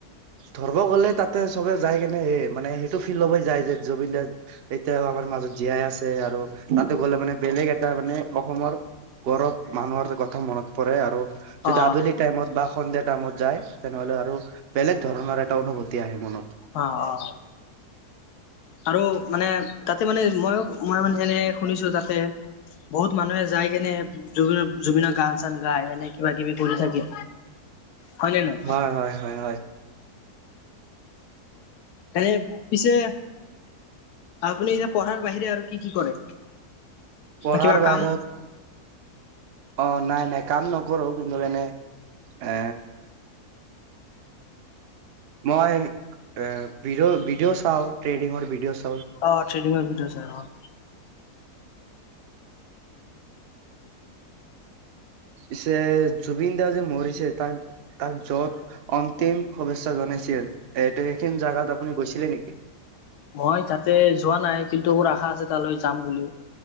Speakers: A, on the right; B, on the left.
A: ধৰব গ'লে, তাতে চবে যাই কেনে, এই মানে সেইটো ফিল ল'বই যায় যে জুবিন দা এতিয়াও আমাৰ মাজত জীয়াই আছে আৰু, তাতে গ'লে মানে বেলেগ এটা মানে অসমৰ গৌৰৱ মানুহৰ কথা মনত পৰে আৰু যদি
B: অ
A: আবেলি টাইমত বা সন্ধিয়া টাইমত যায়। তেনেহ'লে আৰু, বেলেগ ধৰণৰ এটা অনুভূতি আহে মনত।
B: অ', অ'। আৰু মানে তাতে মানে মই মই মানে এনে শুনিছো তাতে বহুত মানুহে যাই কেনে জুবিনৰ জুবিনৰ গান-চান গায় এনে কিবা কিবি কৰি থাকে। হয় নে নহয়
A: হয়-হয়-হয়-হয়।
B: এনে পিছে আপুনি এতিয়া পঢ়াৰ বাহিৰে আৰু কি কি কৰে?
A: পঢ়াৰ
B: কিবা কাম
A: বাহিৰত অ নাই নাই কাম নকৰো কিন্তু এনে এ মই এ ভিডিঅ ভিডিঅ চাওঁ ট্ৰেডিঙৰ ভিডিঅ' চাওঁ।
B: অ ট্ৰেডিং ভিডিঅ' চাই অ।
A: পিছে জুবিন দা যে মৰিছে তাক তাক য'ত অন্তিম শুভেচ্ছা জনাইছিল, এইটো এইখিনি জেগাত আপুনি গৈছিলে নেকি?
B: মই তাতে যোৱা নাই কিন্তু মোৰ আশা আছে তালৈ যাম বুলি,